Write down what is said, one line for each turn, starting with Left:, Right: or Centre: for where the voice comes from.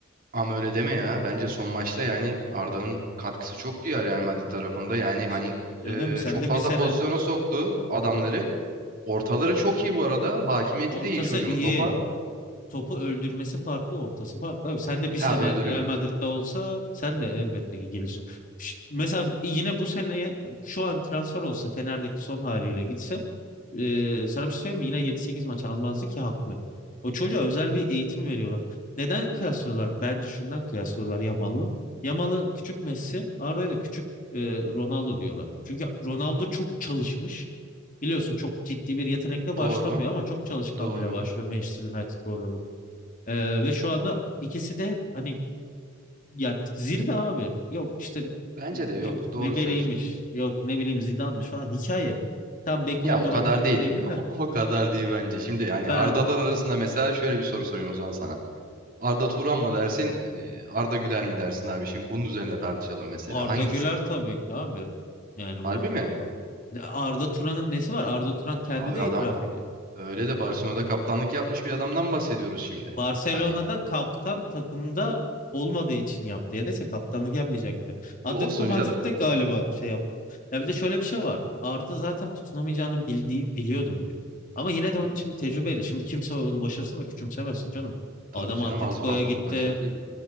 Right: ama öyle deme ya. Bence son maçta yani Arda'nın katkısı çoktu ya Real Madrid tarafında. Yani
Left: C-
Right: hani
Left: Canım
Right: e,
Left: sen
Right: çok
Left: de
Right: fazla
Left: bir sene
Right: pozisyona soktu adamları. Ortaları çok iyi bu arada. Hakimiyeti
Left: ortası
Right: de iyi çocuğun
Left: iyi.
Right: topa.
Left: Topu öldürmesi farklı, ortası farklı. Abi sen de bir sene
Right: Ha öldürüyor.
Left: Real Madrid'de olsa sen de elbette ki gelirsin. Ş- Mesela yine bu seneye şu an transfer olsa Fener'deki son haliyle gitse e, sana bir şey söyleyeyim mi? Yine yedi sekiz maç almazdı ki haklı. O çocuğa özel bir eğitim veriyorlar. Neden kıyaslıyorlar? Bence şundan kıyaslıyorlar Yamal'la. Yamal'ı küçük Messi, Arda'ya da küçük e, Ronaldo diyorlar. Çünkü Ronaldo çok çalışmış. Biliyorsun çok ciddi bir yetenekle başlamıyor
Right: Doğru.
Left: ama çok çalışkanlığıyla
Right: Doğru.
Left: başlıyor Manchester United'da orada burada. Ee, ve şu anda ikisi de hani yani zirve abi. Yok işte
Right: Bence de yok.
Left: Rib-
Right: Doğru
Left: Ribery'miş.
Right: söylüyorsun.
Left: Yok ne bileyim Zidane'mış falan hikaye. Tam Beckham'ın
Right: Ya o
Left: duran
Right: kadar
Left: toplarıydı
Right: değil. <laughs>
Left: da
Right: O kadar değil bence. Şimdi yani
Left: ben
Right: Ardalar arasında mesela şöyle bir soru sorayım o zaman sana. Arda Turan mı dersin, e, Arda Güler mi dersin abi? Şimdi bunun üzerine tartışalım mesela.
Left: Arda
Right: Hangisi?
Left: Güler tabii ki abi. Yani
Right: Harbi
Left: bu
Right: mi?
Left: Arda Turan'ın nesi var? Arda Turan kendi
Right: Abi
Left: de
Right: adam
Left: itiraf ediyor.
Right: öyle de Barcelona'da kaptanlık yapmış bir adamdan bahsediyoruz şimdi.
Left: Barcelona'da
Right: Hani
Left: kaptan takımda olmadığı için yaptı. Ya dese kaptanlık yapmayacaktı. Atletico
Right: olsun
Left: Madrid'de
Right: canım.
Left: galiba şey yaptı. Ya bir de şöyle bir şey var. Arda zaten tutunamayacağını bildiği, biliyordum diyor. Ama yine de onun
Right: Hı,
Left: için bir tecrübeyle. Şimdi kimse onu başarısın da küçümsemesin canım.
Right: Tabii
Left: Adam
Right: canım
Left: Atletico'ya
Right: az, az
Left: gitti.
Right: buz bir başarı değildi.